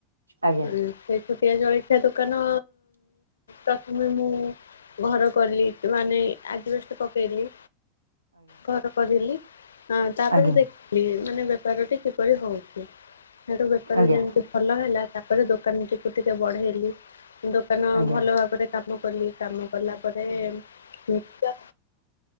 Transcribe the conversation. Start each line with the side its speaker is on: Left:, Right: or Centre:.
Right: ଆଜ୍ଞା
Left: ଉଁ ସେ ଛୋଟିଆ ଜଳିଖିଆ ଦୋକାନ ପ୍ରଥମେ ମୁଁ ଘର କଲି ମାନେ ଆଜବେଷ୍ଟ୍ ପକେଇଲି। ଘର କରିଲି ହଁ ତାପରେ
Right: ଆଜ୍ଞା ଆଜ୍ଞା
Left: ଦେଖିଲି। ମାନେ ବେପାର ଟି କିପରି ହଉଛି। ସେଠୁ ବେପାର
Right: ଆଜ୍ଞା
Left: ଯେମିତି ଭଲ ହେଲା ତାପରେ ଦୋ ଦୋକାନ ଟିକୁ ଟିକେ ବଢେଇଲି। ଦୋକାନ
Right: ଆଜ୍ଞା
Left: ଭଲ ଭାବରେ କାମ କଲି କାମ କଲା। ତାପରେ ଉଁ ତା